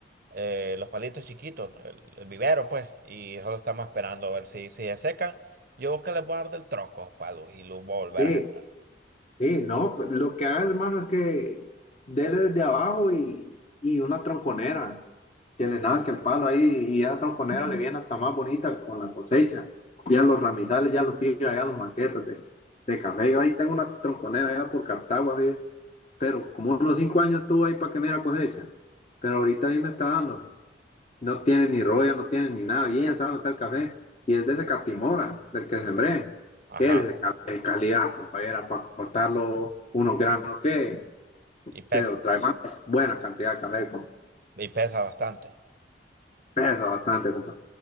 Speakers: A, on the right; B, on the left.
A: eh, los palitos chiquitos, el, el vivero, pues. Y solo estamos esperando a ver si, si se secan. Yo creo que les voy a dar del tronco, palos, y los voy a volver
B: Sí,
A: a sembrar.
B: Sí, no, pues, lo que hagas, mano, es que dele desde abajo y, y una tronconera, que le nazca el palo ahí y esa tronconera le viene hasta más bonita con la cosecha. Ya los ramizales, ya los tira, ya los maquetas de, de café. Yo ahí tengo una tronconera allá por Cartago, así, pero como unos cinco años estuvo ahí para que me diera cosecha, pero ahorita ahí me está dando. No tiene ni rollo, no tiene ni nada. Bien, sabe dónde está el café. Y es de ese Catimora, del que sembré.
A: Ajá.
B: Es de ca- de calidad, compañera, para cortarlo unos granos que,
A: Y pesa,
B: pero trae más buena cantidad de café, compa.
A: y pesa bastante.
B: Pesa bastante, compa.